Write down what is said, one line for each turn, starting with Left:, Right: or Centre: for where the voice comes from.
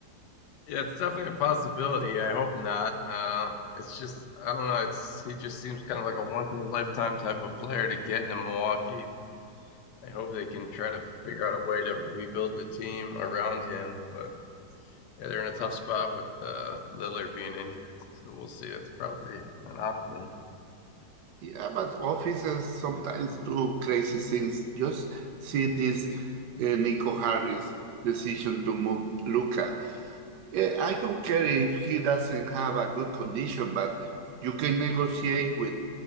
Left: Yeah, it's definitely a possibility. I hope not. Uh, it's just I don't know. It's he just seems kind of like a once in a lifetime type of player to get in Milwaukee I hope they can try to figure out a way to rebuild the team around him. But yeah, they're in a tough spot with uh, Lillard being injured, so we'll see. That's probably an option.
Right: Yeah, but officers sometimes do crazy things. Just see this uh, Nico Harris decision to move Luca. I don't care if he doesn't have a good condition, but you can negotiate with